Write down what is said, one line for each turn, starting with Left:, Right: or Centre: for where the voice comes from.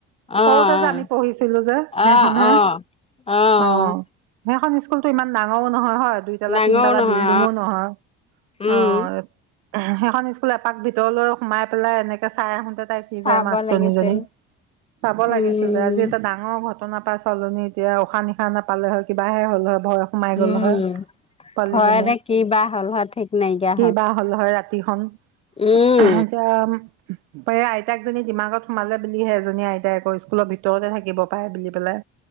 Left: অ',
Right: সৰুতে যে আমি পঢ়িছিলোঁ যে
Left: অ',
Right: সেইখনহে
Left: অ', অ',
Right: অঁ। সেইখন স্কুলতো ইমান ডাঙৰো নহয় হয় দুই দুইতলা,
Left: ডাঙৰো
Right: তিনতলা
Left: নহয়
Right: বিল্ডিও নহয়
Left: অ',
Right: অঁ। <inaudible> সেইখন স্কুল এপাক ভিতৰলৈ সোমাই পেলাই এনেকে চাই আহোঁতে কি
Left: চাব
Right: যায় মাষ্টৰনীজনী।
Left: লাগিছিল।
Right: চাব লাগিছিলে
Left: উম,
Right: আজি এটা ডাঙ অঁ! ঘটনা পৰা ছোৱালীজনী এতিয়া উশাহ-নিশাহ নাপালে হয় কিবাহে হ'ল ভয় সোমাই গ'ল
Left: উম,
Right: হয়। ছোৱালীজনী।
Left: ভয়তে কি বা হ'ল হয় ঠিক নাইকিয়া
Right: কিবা হ'ল হয় ৰাতিখন?
Left: উম,
Right: <unintelligible> এতিয়া <unintelligible> এই আইতাক জনী ডিমাগত সোমালে বুলিহে এজনী আইতাই আকৌ স্কুলৰ ভিতৰতে থাকিব পাৰে বুলি পেলাই।